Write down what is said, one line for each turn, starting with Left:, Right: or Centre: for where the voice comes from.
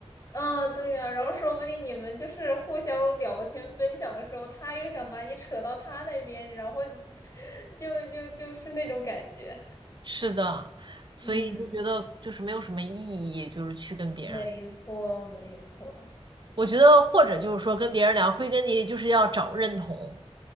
Left: 啊，对呀。然后说不定你们就是互相聊天分享的时候，他又想把你扯到他那边，然后 <laughs> 就就就是那种感觉。
Right: 是的，所以就觉得就是没有什么意义，
Left: 嗯，
Right: 就是去跟别人聊
Left: 没错，没错，
Right: 我觉得或者就是说跟别人聊，归根结底就是要找认同，